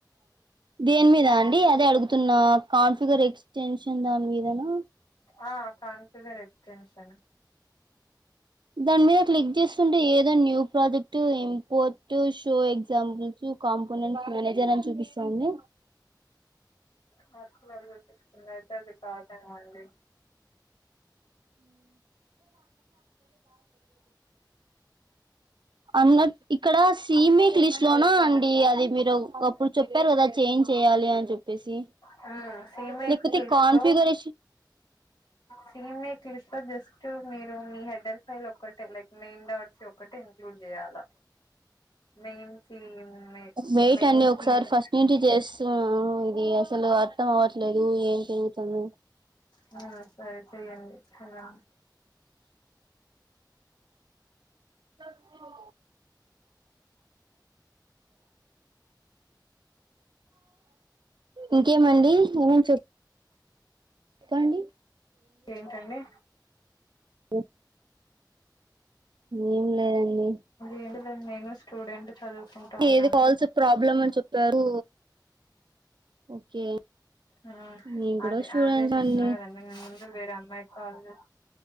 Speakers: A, on the right; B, on the left.
A: దేని మీద అండి అదే అడుగుతున్న కాన్ఫిగర్ ఎక్స్టెన్షన్ దాని మీదనా
B: ఆ కన్ఫ్యూజర్ ఎక్స్టెన్షన్
A: దాని మీద క్లిక్ చేస్తుంటే ఏదో new project import show examples components manager అని చూపిస్తాది
B: మాకు ఇందయితే అది కావటమండి
A: అన్నట్ ఇక్కడ సిమి క్లి జొనా అండి అది మీరు అప్పుడు చెప్పారు కదా చేంజ్ చెయాలి అని చెప్పేసి.
B: హ్ సిమెట్
A: లేకపోతే
B: ఫిల్స్
A: కాన్ఫిగరేషన్
B: లో సీమెట్ క్లిస్ లో జస్ట్ మీరు మీ హెడ్డర్ ఫైల్ ఒక్కటే లైక్ మెయిన్ డాక్స్ ఒకటే ఇంక్లూడ్ చేయాలా, మెయిన్ సీమ్,
A: వెయిట్
B: మెయిన్
A: అండి ఒకసారి
B: సీమ్
A: ఫస్ట్ నుంచి చేస్తున్నాను ఇది అసలు అర్థం అవ్వట్లేదు ఏం జరుగుతుంది
B: హా సరే చెయ్యండి. హ
A: చెప్పుకో ఇంకేమండి ఇంకేం చెప్ చెప్పండి.
B: ఏంటండీ.
A: ఉ ఏం లేదండి.
B: ఏంటింది అండి. నేను కూడ స్టూడెంట్ చదువుకుంటా
A: ఏది
B: ఉన్నాను
A: కాల్స్ ప్రాబ్లమ్ అని చెప్పారు ఓకే.
B: హా
A: నేను కూడా
B: అదే
A: స్టూడెంట్స్
B: అదే చెప్పిన
A: అండి
B: కదండి నేను ముందు వేరే అమ్మాయి కాల్ చేసి,